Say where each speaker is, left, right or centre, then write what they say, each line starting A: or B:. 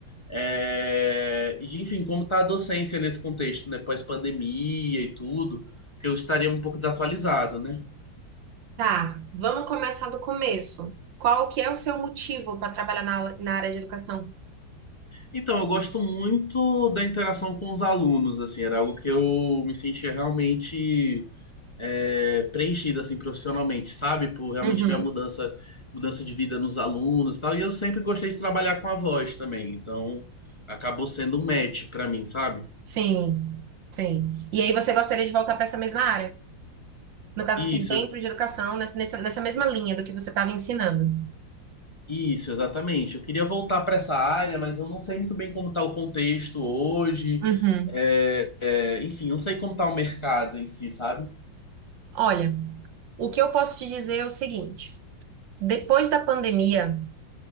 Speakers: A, on the left; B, on the right.
A: É, e, enfim, como tá a docência nesse contexto, né, pós-pandemia e tudo, porque eu estaria um pouco desatualizado, né?
B: tá. Vamos começar do começo. Qual que é o seu motivo para trabalhar na, na área de educação?
A: Então, eu gosto muito da interação com os alunos, assim, era algo que eu me sentia realmente é, preenchido, assim, profissionalmente, sabe? Por realmente
B: Uhum,
A: ver a mudança, mudança de vida nos alunos e tal. E eu sempre gostei de trabalhar com a voz também, então acabou sendo um match pra mim, sabe?
B: sim, sim. E aí você gostaria de voltar para essa mesma área? No caso, assim,
A: Isso,
B: dentro de educação, nessa, nessa nessa mesma linha do que você estava ensinando.
A: isso, exatamente. Eu queria voltar para essa área, mas eu não sei muito bem como tá o contexto hoje.
B: Uhum.
A: É, é, enfim, eu não sei como tá o mercado em si, sabe?
B: Olha, o que eu posso te dizer é o seguinte: depois da pandemia,